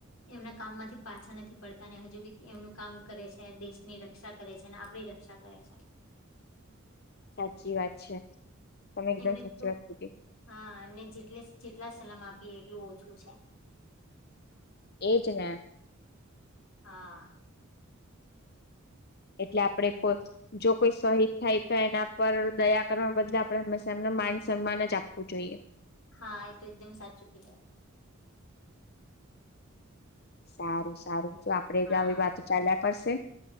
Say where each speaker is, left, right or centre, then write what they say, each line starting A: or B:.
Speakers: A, on the left; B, on the left.
A: એમના કામ માંથી પાછા નથી પડતા હજુ બી એમનું કામ કરે છે દેશની રક્ષા કરે છે ને આપડ રક્ષા કરે છે.
B: સાચી વાત છે. તમે એકદમ
A: એમને
B: સાચી
A: તો
B: વાત કીધી
A: હા એમને જેટલે જેટલા સલામ આપ એટલું ઓછું છે. <inaudible>
B: એજ ને
A: હા
B: એટલે આપડે કો જો કોઈ શહીદ થાય તો એના પર દયા કરવા બદલે આપડે હંમેશા માન સન્માન જ આપવું જોઈએ.
A: હા, એ તો એકદમ સાચું કીધુ.
B: સારું સારું જો આપડે
A: હા
B: એ આવી વાતો ચાલ્યા કરશે,